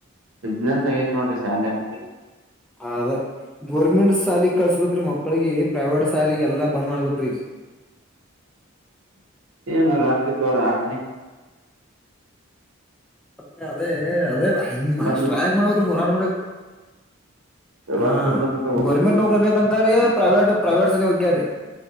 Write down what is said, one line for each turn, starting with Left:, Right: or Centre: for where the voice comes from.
Right: ಇ್ನ್ ಸಗೇತಿ ನೋಡ್ರಿ ಶಾಲೆಮ್ಮಿ
Centre: ಅದ ಗೋರ್ಮೆಂಟ್ ಸಾಲಿಗೆ ಕಳ್ಸ್ಬೇಕ್ರೀ ಮಕ್ಳಿಗೆ ಪ್ರೈವೇಟ್ ಸಾಲಿಗೆ ಎಲ್ಲಾ ಬಂದ್ ಮಾಡ್ಬೇಕ್ರಿ ಈಗ
Right: ನು ರಾಕೆ ತಾರ ಹತರಿ
Centre: ಮತ್ತ ಅದೇ ಅದೇ ಹಂಗಷ್ಟ್ರ್ಯಾಗ
Right: ರಾಕಿ
Centre: ಮಾಡ್ಬೇಕ್ರ ಹೋರಾಟ ಮಾಡ್ಬೇಕ ಹಾ
Right: ರಾಕ್ ಇರ್ತಂತ ಹೋಗಿ
Centre: ಗೋರ್ಮೆಂಟ್ ನೌಕರಿ ಬೇಕಂತಾರೀ ಪ್ರೈವೇಟ್ ಪ್ರೈವೇಟ್ ಸನ ಹಕ್ಯ್ರೀ